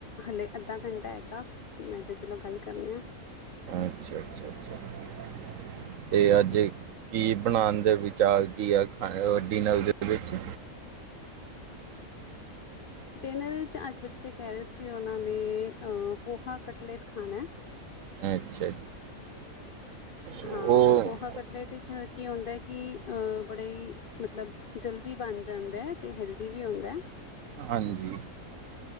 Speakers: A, on the left (about 60°); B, on the right (about 70°).
A: ਹਲੇ ਅੱਧਾ ਘੰਟਾ ਹੈਗਾ, ਮੈਂ ਕਿਹਾ ਚਲੋ ਗੱਲ ਕਰਨੀ ਆ।
B: ਅੱਛਾ-ਅੱਛਾ, ਅੱਛਾ ਤੇ
A: ਹਾਂਜੀ।
B: ਅੱਜ ਕੀ ਬਣਾਉਣ ਦੇ ਵਿਚਾਰ ਕੀ ਆ ਖਾਣੇ ਦਾ ਡਿਨਰ ਦੇ? ਵਿਚ,
A: ਡਿਨਰ ਵਿੱਚ ਅੱਜ ਬੱਚੇ ਕਹਿ ਰਹੇ ਸੀ, ਉਹਨਾਂ ਨੇ ਪੋਹਾ ਕਟਲੇਟ ਖਾਣਾ ਏ।
B: ਅੱਛਾ ਜੀ। ਉਹ
A: ਹਾਂ, ਤੇ ਪੋਹਾ ਕਟਲੇਟ ਵਿੱਚ ਕੀ ਹੁੰਦਾ ਕਿ ਬੜਾ ਹੀ ਮਤਲਬ ਜਲਦੀ ਬਣ ਜਾਂਦਾ ਅਤੇ ਹੈਲਦੀ ਵੀ ਹੁੰਦਾ।
B: ਹਾਂਜੀ।